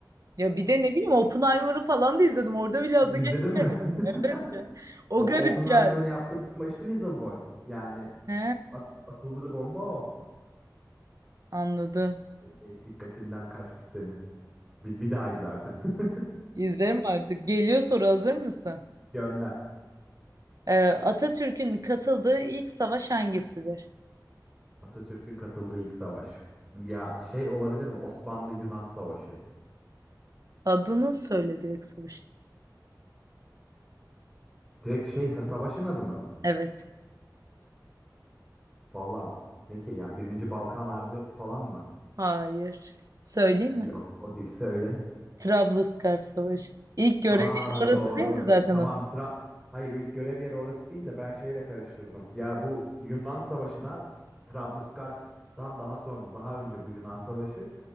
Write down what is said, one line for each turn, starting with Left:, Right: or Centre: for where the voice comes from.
Right: Ya bir de ne bileyim Oppenheimer'ı falan da izledim. Orada bile adı
Centre: İzledin mi?
Right: geçmedi. <laughs> Evet ya.
Centre: <laughs>
Right: O
Centre: O
Right: garip
Centre: Oppenheimer'ın
Right: geldi.
Centre: yaptığı bomba işte Little Boy. Yani
Right: He,
Centre: at- atıldığı bomba o.
Right: anladım.
Centre: Neyse, dikkatinden kaçmış senin. Bir, bir daha izle artık. <laughs>
Right: İzlerim artık. Geliyor soru hazır mısın?
Centre: Gönder.
Right: Ee, Atatürk'ün katıldığı ilk savaş hangisidir?
Centre: Atatürk'ün katıldığı ilk savaş. Ya şey olabilir mi? Osmanlı-Yunan Savaşı.
Right: Adını söyle direkt savaşın.
Centre: Direkt şey sa- savaşın adı mı?
Right: Evet.
Centre: Valla ne ki yani Birinci Balkan Harbi falan mı?
Right: Hayır. Söyleyeyim
Centre: Yok
Right: mi?
Centre: o değilse öyle.
Right: Trablusgarp Savaşı. İlk görevi
Centre: Aa
Right: orası
Centre: doğru.
Right: değil mi zaten?
Centre: Tamam
Right: o?
Centre: Tra Hayır ilk görev yeri orası değil de ben şeyle karıştırdım. Ya bu Yunan Savaşı'na Trablusgarp'tan daha sonra daha önce bu Yunan Savaşı